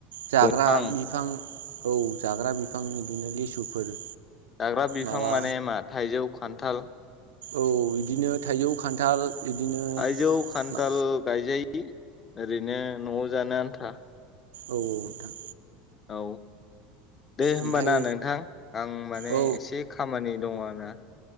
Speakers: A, on the right; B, on the left.
A: जाग्रा
B: दंफां
A: बिफां औ जाग्रा बिफां बिदिनो लिसुफोर
B: जाग्रा बिफां
A: माबा
B: माने? मा थाइजौ खान्थाल
A: औ बिदिनो थाइजौ खान्थाल बिदिनो
B: थाइजौ खान्थाल
A: औ
B: गायजायो ओरैनो न'आव जानो आन्था।
A: औ औ नोंथां।
B: औ दे होनबाना
A: ओमफ्राय
B: नोंथां आं माने
A: औ
B: एसे ना